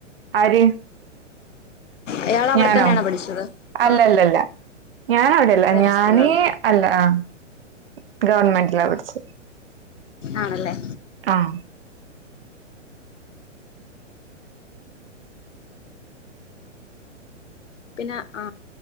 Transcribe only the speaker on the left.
അയാൾ അവിടെ
തന്നെയാണോ പഠിച്ചത്
ആഹ്
വേറെ
സ്കൂളിലാണോ
ആണല്ലേ.
പിന്നെ ആ